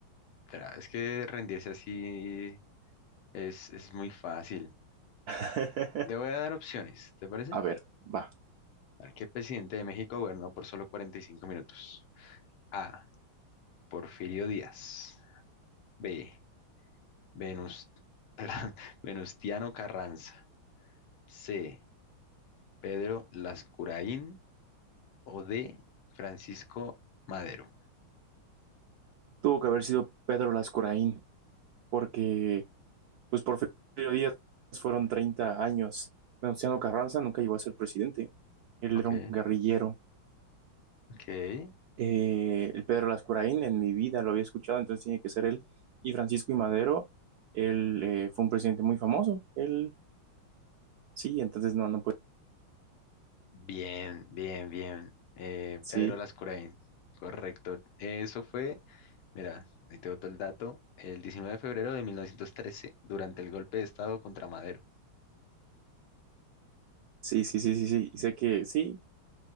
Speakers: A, on the left; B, on the right.
A: espera, es que rendirse así es, es muy fácil.
B: <laughs>
A: Te voy a dar opciones, ¿te parece?
B: A ver, va.
A: A ver, ¿qué presidente de México gobernó por solo 45 minutos? A. Porfirio Díaz. B. Venus, <laughs> perdón, Venustiano Carranza. C. Pedro Lascuraín. o de Francisco Madero.
B: Tuvo que haber sido Pedro Lascuraín, porque, pues por Porfirio Díaz fueron 30 años. Venustiano Carranza nunca llegó a ser presidente. Él
A: Ok,
B: era un guerrillero.
A: ok.
B: Eh, el Pedro Lascuraín en mi vida lo había escuchado, entonces tiene que ser él. Y Francisco y Madero, él eh, fue un presidente muy famoso. Él, sí, entonces no, no puede.
A: Bien, bien, bien. Eh,
B: Sí,
A: Pedro Lascurain. Correcto. Eso fue, mira, ahí te boto el dato, el 19 de febrero de 1913, durante el golpe de Estado contra Madero.
B: sí, sí, sí, sí, sí. Y sé que sí,